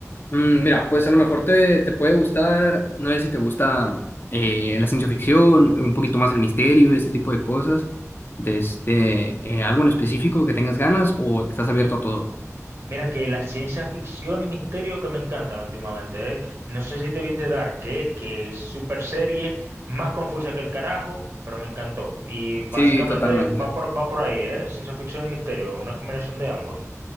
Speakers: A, on the left; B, on the right.
A: Mm, mira, pues a lo mejor te, te puede gustar, no sé si te gusta eh, la ciencia ficción, un poquito más el misterio, ese tipo de cosas. De este, eh, algo en específico que tengas ganas o estás abierto a todo.
B: Mira que la ciencia ficción y misterio que me encantan últimamente, ¿eh? No sé si te viste Dark, ¿eh? Que es super serie, más confusa que el carajo, pero me encantó. Y básicamente
A: Sí, totalmente.
B: va por, va por ahí, ¿eh? Ciencia ficción y misterio, una combinación de ambos.